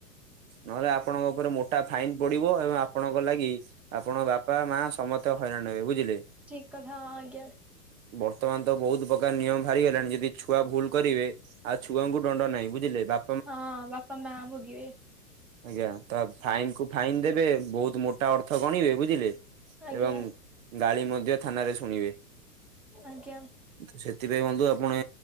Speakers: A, on the right; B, in the centre.
A: ନହେଲେ ଆପଣଙ୍କ ଉପରେ ମୋଟା ଫାଇନ ପଡିବ ଏବଂ ଆପଣଙ୍କ ଲାଗି ଆପଣଙ୍କ ବାପା ମା ସମସ୍ତେ ହଇରାଣ ହେବେ ବୁଝିଲେ
B: ଠିକ୍ କଥା ହଁ ଆଜ୍ଞା।
A: ବର୍ତ୍ତମାନ ତ ବହୁତ ପ୍ରକାର ନିୟମ ବାହାରିଗଲାଣି ଯଦି ଛୁଆ ଭୁଲ କରିବେ ଆଉ ଛୁଆଙ୍କୁ ଦଣ୍ଡ ନାହିଁ ବୁଝିଲେ ବା
B: ହଁ ବାପା ମା ଭୋଗିବେ।
A: ଆଜ୍ଞା ତ ଫାଇନ୍ କୁ ଫାଇନ୍ ଦେବେ ବହୁତ ମୋଟା ଅର୍ଥ ଗଣିବେ ବୁଝିଲେ।
B: ଆଜ୍ଞା
A: ଏବଂ ଗାଳି ମଧ୍ୟ ଥାନାରେ ଶୁଣିବେ।
B: ଆଜ୍ଞା।
A: ଉଚିତ୍ତି। ସେଥିପାଇଁ ବନ୍ଧୁ ଆପଣେ